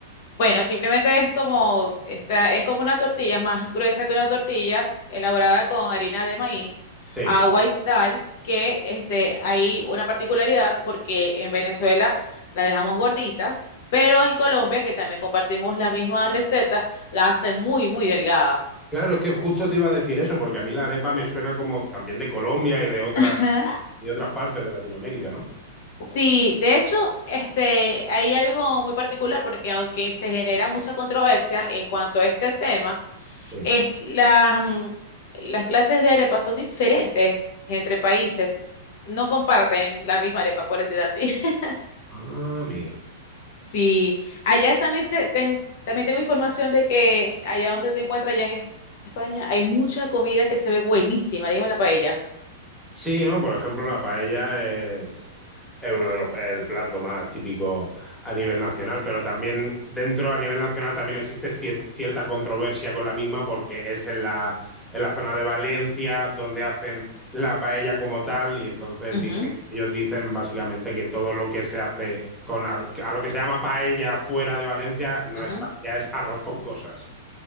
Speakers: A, on the left (about 50°); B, in the centre.
A: Bueno, simplemente es como, esta, es como una tortilla, es más gruesa que una tortilla, elaborada con harina de maíz,
B: Sí.
A: agua y sal, que este, hay una particularidad porque en Venezuela la dejamos gordita, pero en Colombia, que también compartimos la misma receta, la hacen muy, muy delgada.
B: Claro, es que justo te iba a decir eso, porque a mí la arepa me suena como también de Colombia y de otras
A: Ajá.
B: y otras partes de Latinoamérica, ¿no?
A: Sí, de hecho, este, hay algo muy particular porque aunque se genera mucha controversia en cuanto a este tema,
B: Sí.
A: Es, las, mm, las clases de arepa son diferentes entre países. No comparten la misma arepa, por decir así. <laughs>
B: Ah, amiga.
A: Sí, allá también, se- ten- también tengo información de que allá donde te encuentras, allá en España, hay mucha comida que se ve buenísima, dígame la paella.
B: Sí, ¿no? Por ejemplo, la paella es, es uno de los el plato más típico a nivel nacional, pero también dentro a nivel nacional también existe cier- cierta controversia con la misma porque es en la, en la zona de Valencia donde hacen la paella como tal y entonces
A: Ujú,
B: dicen, ellos dicen básicamente que todo lo que se hace con ar- a lo que se llama paella fuera de Valencia no
A: ujú.
B: es paella, es arroz con cosas.